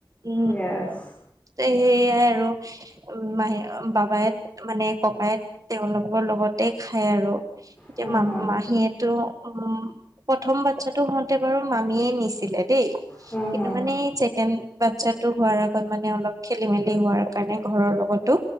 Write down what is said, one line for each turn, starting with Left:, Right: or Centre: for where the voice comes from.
Right: উ
Left: য়েছ
Right: সেইয়াই আৰু মাহে বাবায়ে মানে ককায়েক তেওঁলোকৰ লগতে খায় আৰু এতিয়া
Left: হুম
Right: মা
Left: হুম
Right: মাহীয়েতো উ প্ৰথম বাচ্ছাটো হওঁতে বাৰু মামীয়ে নিছিলে। দেই
Left: হুম
Right: কিন্তু
Left: হুম
Right: মানে চেকেণ্ড বাচ্ছাতটো হোৱাৰ আগত মানে অলপ খেলি মেলি হোৱাৰ কাৰণে ঘৰৰ লগতো